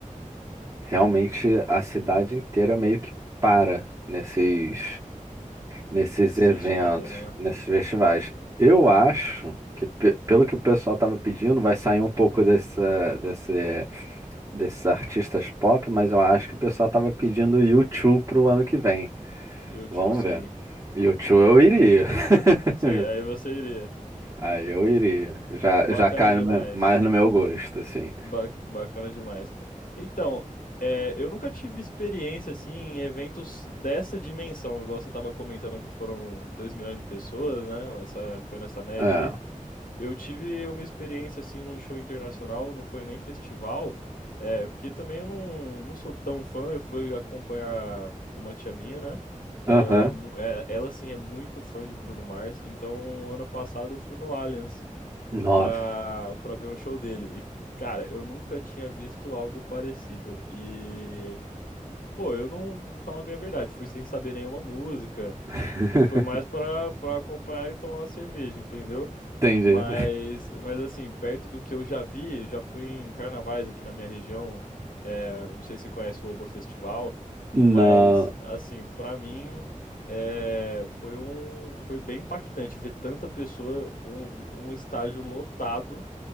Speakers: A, on the right; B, on the left.
A: realmente a cidade inteira meio que para nesses nesses
B: Esses
A: eventos,
B: festivais, né?
A: nesses festivais. Eu acho que, pe- pelo que o pessoal estava pedindo, vai sair um pouco dessa, desse, desses artistas pop, mas eu acho que o pessoal estava pedindo U2 pro ano que vem.
B: YouTube,
A: Vamos
B: sim.
A: ver. U2 eu iria. <laughs>
B: Sei, aí você iria.
A: Aí eu iria. Já,
B: Bacana
A: já cai
B: demais.
A: no me- mais no meu gosto, assim.
B: Ba- bacana demais. Então, é, eu nunca tive experiência assim em eventos dessa dimensão, igual você estava comentando que foram 2 milhões de pessoas, né? Essa, foi nessa média
A: É.
B: aí. Eu tive uma experiência assim num show internacional, não foi nem festival, é, porque também eu não, não sou tão fã, eu fui acompanhar uma tia minha, né? Que
A: Aham.
B: ela é, mu- é- ela sim é muito fã de Bruno Mars, então ano passado eu fui no Allianz.
A: Nossa.
B: pra, pra ver um show dele. E, cara, eu nunca tinha visto algo parecido. E, pô, eu não, vou falar bem a verdade, fui sem saber nenhuma música.
A: <laughs>
B: Eu fui mais pra, pra acompanhar e tomar uma cerveja, entendeu?
A: Entendi.
B: Mas, mas assim, perto do que eu já vi, já fui em carnavais aqui na minha região. É, não sei se você conhece o Oba Festival,
A: Não.
B: mas, assim, pra mim. É, foi um, foi bem impactante ver tanta pessoa, um, um estádio lotado